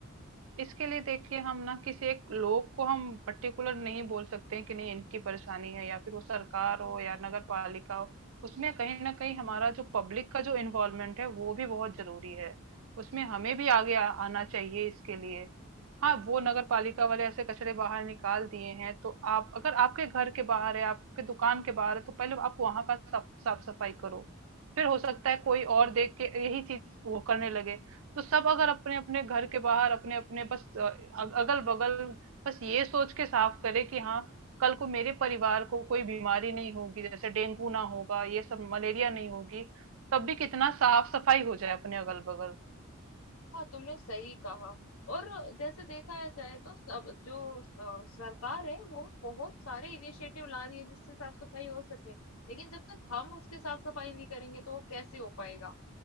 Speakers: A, on the right; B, on the left.
A: इसके लिए देखिए हम ना किसी एक लोग को हम पर्टिकुलर नहीं बोल सकते हैं कि नहीं इनकी परेशानी है या फिर वो सरकार हो या नगर पालिका हो उसमें कहीं ना कहीं हमारा जो पब्लिक का जो इन्वॉल्वमेंट है वो भी बहुत जरूरी है उसमें हमें भी आगे आ, आना चाहिए इसके लिए हाँ वो नगर पालिका वाले ऐसे कचरे बाहर निकाल दिए हैं तो आप अगर आपके घर के बाहर है आपके दुकान के बाहर है तो पहले आप वहां का साफ साफ सफाई करो फिर हो सकता है कोई और देख के यही चीज वो करने लगे तो सब अगर अपने अपने घर के बाहर अपने अपने बस अगल बगल बस ये सोच के साफ करे कि हाँ कल को मेरे परिवार को कोई बीमारी नहीं होगी जैसे डेंगू ना होगा ये सब मलेरिया नहीं होगी तब भी कितना साफ सफाई हो जाए अपने अगल बगल
B: हाँ तुमने सही कहा और जैसे देखा है जाए तो सब जो अ, सरकार है वो बहुत सारे इनिशिएटिव ला रही है जिससे साफ सफाई हो सके लेकिन जब तक हम उसके साफ सफाई नहीं करेंगे तो वो कैसे हो पाएगा